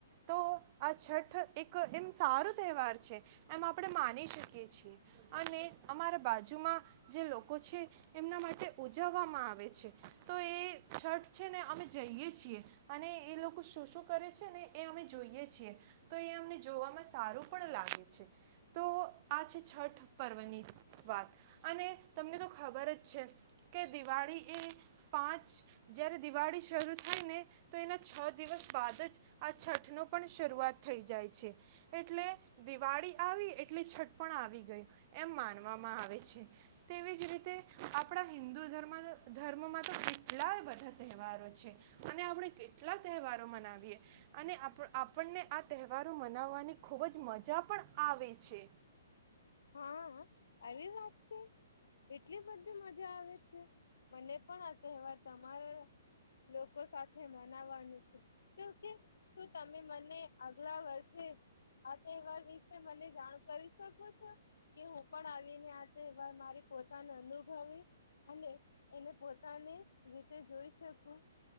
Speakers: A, on the right (about 40°); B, on the left (about 75°).
A: તો આ છઠ એક એમ સારો તહેવાર છે એમ આપણે માની શકીએ છીએ અને અમારા બાજુમાં જે લોકો છે એમના માટે ઉજવવામાં આવે છે તો એ શર્ટ છે ને અમે જઈએ છીએ અને એ લોકો શું શું કરે છે ને એ અમે જોઈએ છીએ તો એ અમને. જોવામાં સારું પણ લાગે છે. તો આ છે છઠ પર્વની વાત. અને. તમને તો ખબર જ છે કે દિવાળી એ પાંચ જ્યારે દિવાળી શરૂ થાય ને તો એના છ દિવસ બાદ જ આ છઠનો પણ શરૂઆત થઈ જાય છે એટલે દિવાળી આવી એટલી છઠ પણ આવી ગયું એમ માનવામાં આવે છે. તેવી જે રીતે. આપણા હિન્દુ ધર્મ ધર્મમાં. તો કેટલા બધા તહેવારો છે અને આપણે કેટલા તહેવારો મનાવીએ અને આપણને આ તહેવારો મનાવવાની ખૂબ જ મજા પણ આવે છે.
B: હા આવી વાત એટલી બધી મજા આવે છે મને પણ. તહેવાર તમારા લોકો સાથે મનાવાનું છે શું કે શું તમે મને આગલા વર્ષે આ તહેવાર વિશે મને જાણ કરી શકો છો કે હું પણ આવીને આ તહેવાર મારી પોતાને અનુભવી અને એને પો. પોતાની રીતે જોઈ શકું